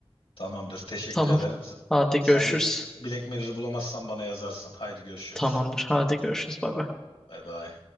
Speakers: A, on the left; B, in the centre.
A: Tamamdır. Teşekkür
B: Tamam.
A: ederim. Sen
B: Hadi
A: sen
B: görüşürüz.
A: de Black Mirror'ı bulamazsan bana yazarsın. Haydi görüşürüz.
B: Tamamdır. Hadi görüşürüz. Bay bay.
A: Bay bay.